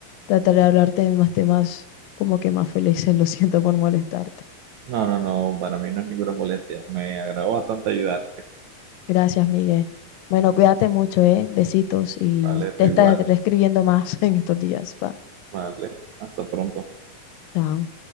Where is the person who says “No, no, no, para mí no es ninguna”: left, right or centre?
Right